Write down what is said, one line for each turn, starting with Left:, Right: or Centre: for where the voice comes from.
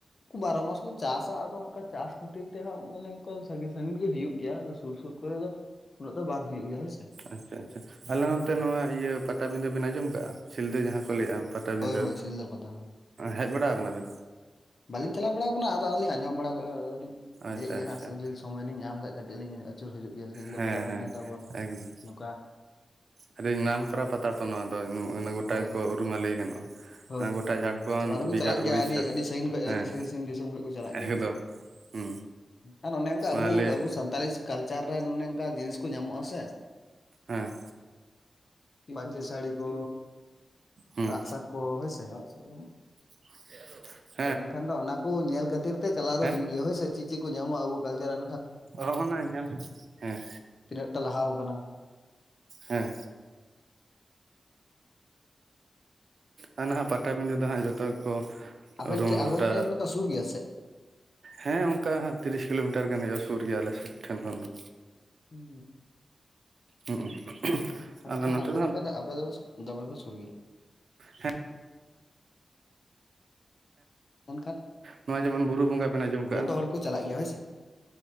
Left: ᱵᱟᱨᱚ ᱢᱟᱥ ᱠᱚ ᱪᱟᱥᱟ ᱟᱫᱚ ᱚᱱᱠᱟ ᱪᱟᱥ ᱠᱷᱟᱹᱛᱤᱨ ᱛᱮᱦᱟᱜ ᱢᱟᱱᱮ ᱚᱱᱠᱟ ᱥᱟᱺᱜᱤᱧ ᱥᱟᱺᱜᱤᱧ ᱜᱮ ᱦᱩᱭᱩᱜ ᱜᱮᱭᱟ ᱥᱩᱨ ᱥᱩᱨ ᱠᱚᱨᱮ ᱫᱚ ᱩᱱᱟᱹᱜ ᱫᱚ ᱵᱟᱝ ᱦᱩᱭᱩᱜ ᱜᱮᱭᱟ ᱦᱳᱭ ᱥᱮ᱾
Right: ᱟᱪᱪᱷᱟ ᱟᱪᱪᱷᱟ ᱟᱞᱮ ᱱᱚᱛᱮ ᱱᱚᱣᱟ ᱤᱭᱟ ᱯᱟᱴᱟᱵᱤᱸᱫᱟ ᱵᱮᱱ ᱟᱸᱡᱚᱢ ᱠᱟᱜᱼᱟ ᱥᱤᱞᱫᱟᱹ ᱡᱟᱦᱟᱸ ᱠᱚ ᱞᱟᱹᱭᱟ? ᱯᱟᱴᱟᱵᱤᱸᱫᱟ
Left: ᱦᱳᱭ ᱦᱳᱭ ᱥᱤᱞᱫᱟᱹ ᱯᱟᱛᱟ ᱦᱳᱭ
Right: ᱦᱮᱡ ᱵᱟᱲᱟ ᱟᱠᱟᱱᱟ ᱵᱮᱱ?
Left: ᱵᱟᱞᱤᱧ ᱪᱟᱞᱟ ᱵᱟᱲᱟᱣ ᱟᱠᱟᱱᱟ ᱟᱫᱚ ᱟᱞᱤᱧ ᱟᱸᱡᱚᱢ ᱵᱟᱲᱟᱠᱟᱜᱼᱟ ᱟᱫᱚᱞᱤᱧ
Right: ᱟᱪᱪᱷᱟ
Left: ᱞᱟᱹᱭᱮᱫ ᱜᱮᱭᱟ
Right: ᱟᱪᱪᱷᱟ
Left: ᱦᱟᱜ ᱥᱩᱨ ᱥᱚᱢᱚᱭ ᱞᱤᱧ ᱧᱟᱢ ᱠᱷᱟᱡ ᱠᱟᱹᱴᱤᱡ ᱞᱤᱧ ᱟᱹᱪᱩᱨ ᱦᱤᱡᱩᱜ ᱜᱮᱭᱟ ᱥᱤᱞᱫᱟᱹ
Right: ᱦᱮᱸ
Left: ᱯᱟᱛᱟ ᱦᱩᱭᱱᱟ
Right: ᱦᱮᱸ
Left: ᱛᱟᱯᱚᱨ
Right: ᱮᱠᱫᱚᱢ
Left: ᱱᱚᱝᱠᱟ
Right: ᱟᱹᱰᱤ ᱱᱟᱢ ᱠᱚᱨᱟ ᱯᱟᱛᱟ ᱛᱚ ᱱᱚᱣᱟ ᱫᱚ ᱜᱚᱴᱟ
Left: ᱦᱳᱭ
Right: ᱜᱮᱠᱚ
Left: ᱦᱳᱭ
Right: ᱩᱨᱩᱢᱟ ᱞᱟᱹᱭ ᱜᱟᱱᱚᱜᱼᱟ᱾
Left: ᱦᱳᱭ ᱦᱳᱭ
Right: ᱜᱚᱴᱟ
Left: ᱦᱳᱭ
Right: ᱡᱷᱟᱲᱠᱷᱚᱸᱰ
Left: ᱪᱟᱞᱟᱣ ᱫᱚᱠᱚ
Right: ᱵᱤᱦᱟᱨ
Left: ᱪᱟᱞᱟᱜ
Right: ᱩᱲᱤᱥᱥᱟ
Left: ᱜᱮᱭᱟ ᱟᱹᱰᱤ ᱥᱟᱺᱜᱤᱧ ᱠᱷᱚᱱ
Right: ᱦᱮᱸ
Left: ᱟᱹᱰᱤ ᱥᱟᱺᱜᱤᱧ ᱥᱟᱺᱜᱤᱧ ᱫᱤᱥᱚᱢ ᱠᱷᱚᱡ ᱠᱚ ᱪᱟᱞᱟᱜ ᱜᱮᱭᱟ
Right: ᱮᱠᱫᱚᱢ
Left: ᱦᱚᱭ ᱥᱮ᱾
Right: ᱦᱩᱸ
Left: ᱟᱨ ᱚᱱᱮ ᱚᱱᱠᱟ
Right: ᱢᱟ
Left: ᱟᱵᱚ
Right: ᱞᱟᱹᱭ
Left: ᱟᱵᱚ ᱥᱟᱱᱛᱟᱞᱤᱥ ᱠᱟᱞᱪᱟᱨ ᱨᱮ ᱚᱱᱮ ᱚᱱᱠᱟᱱ ᱡᱤᱱᱤᱥ ᱠᱚ ᱧᱟᱢᱚᱜᱼᱟ ᱥᱮ᱾
Right: ᱦᱮᱸ᱾
Left: ᱯᱟᱹᱧᱪᱤ ᱥᱟᱹᱲᱤ ᱠᱚ
Right: ᱦᱩᱸ
Left: ᱟᱸᱜ ᱥᱟᱨ ᱠᱚ ᱦᱳᱭᱥᱮ <unintelligible>
Right: ᱪᱮᱫ ᱦᱚᱸ ᱵᱟ᱾
Left: ᱟᱫᱚ ᱮᱱ ᱠᱷᱟᱱ ᱫᱚ ᱚᱱᱟ ᱠᱚ ᱧᱮᱞ ᱠᱷᱟᱹᱛᱤᱨ ᱛᱮ ᱪᱟᱞᱟᱣ ᱫᱚ
Right: ᱦᱮᱸ
Left: ᱦᱩᱭᱩᱜ ᱜᱮᱭᱟ ᱦᱳᱭᱥᱮ ᱪᱮᱫ ᱪᱮᱫ ᱠᱚ ᱧᱟᱢᱚᱜᱼᱟ ᱟᱵᱚ ᱠᱟᱞᱪᱟᱨ ᱨᱮ
Right: ᱦᱚᱜᱱᱟ ᱧᱟᱢ ᱠᱮᱫᱟ ᱦᱮᱸ᱾
Left: ᱛᱤᱱᱟᱹᱜ ᱴᱟ ᱞᱟᱦᱟᱣ ᱠᱟᱱᱟ᱾
Right: ᱦᱮᱸ᱾ ᱟᱨ ᱱᱟᱦᱟᱜ ᱯᱟᱴᱟᱵᱤᱸᱫᱟ ᱫᱚ ᱦᱟᱸᱜ ᱡᱚᱛᱚ ᱜᱮᱠᱚ
Left: ᱟᱵᱮᱱ
Right: ᱩᱨᱩᱢᱟ
Left: ᱴᱷᱮᱱ ᱟᱵᱮᱱ
Right: ᱜᱚᱴᱟ
Left: ᱴᱷᱮᱱ ᱫᱚ ᱥᱩᱨ ᱜᱮᱭᱟ ᱥᱮ
Right: ᱦᱮᱸ ᱚᱱᱠᱟ ᱦᱟᱜ ᱛᱤᱨᱤᱥ ᱠᱤᱞᱳᱢᱤᱴᱟᱨ ᱜᱟᱱ ᱦᱩᱭᱩᱜᱼᱟ ᱥᱩᱨ ᱜᱮᱭᱟ ᱟᱞᱮ ᱥᱮᱫ ᱴᱷᱮᱱ ᱠᱷᱚᱱ ᱫᱚ᱾
Left: ᱦᱩᱸ
Right: ᱦᱩᱸ
Left: ᱢᱮᱱᱠᱷᱟᱱ
Right: ᱟᱞᱮ ᱱᱚᱛᱮ
Left: ᱟᱯᱮ ᱫᱚᱯᱮ ᱟᱯᱮ ᱫᱚ ᱯᱮ ᱥᱩᱨ ᱫᱚᱢᱮᱞ ᱯᱮ ᱥᱩᱨ ᱜᱮᱭᱟ᱾
Right: ᱦᱮᱸ
Left: ᱚᱱᱠᱟᱱ
Right: ᱱᱚᱣᱟ ᱡᱮᱢᱚᱱ ᱵᱩᱨᱩ ᱵᱚᱸᱜᱟ ᱵᱮᱱ ᱟᱸᱡᱚᱢ ᱠᱟᱜᱼᱟ᱾
Left: ᱦᱚᱲ ᱠᱚ ᱪᱟᱞᱟᱜ ᱜᱮᱭᱟ ᱦᱚᱭ ᱥᱮ᱾